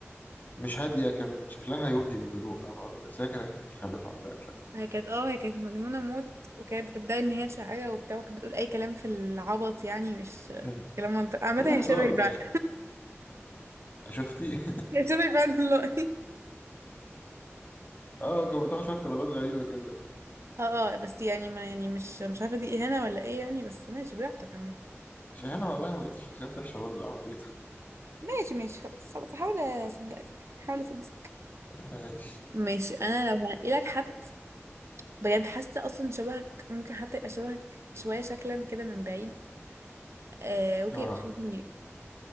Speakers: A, on the left; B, on the right.
A: مش هاديه كان شكلها يوحي بالهدوء فاهم قصدي بس هي كانت متخلفه عقليا شويه
B: هي كانت اه هي كانت مجنونة موت وكانت بتدعي ان هي شاعرة وبتاع وكانت بتقول اي كلام في العبط يعني مش مش
A: مم.
B: كلام منطقي عامة
A: ده كان
B: هي
A: هزار
B: شبهي
A: بتاعي
B: فعلا
A: شفتي
B: <laughs> هي شبهي فعلا والله
A: <laughs> اه كانت بتاخد شويه قرارات غريبه كده
B: اه اه بس يعني ما يعني مش مش عارفة دي اهانة ولا ايه يعني بس ماشي براحتك عامة
A: مش انا والله ما لقيت شخصيات وحشه برضه اعمل ايه
B: ماشي ماشي خلاص خلاص هحاول اصدقك هحاول اصدقك
A: طيب؟
B: ماشي انا لو هلاقي لك حد بجد حاسة اصلا شبهك ممكن حتى يبقى شبهك شوية شكلا كده من بعيد آه
A: <laughs>
B: ممكن
A: اه
B: يبقى شبهك منير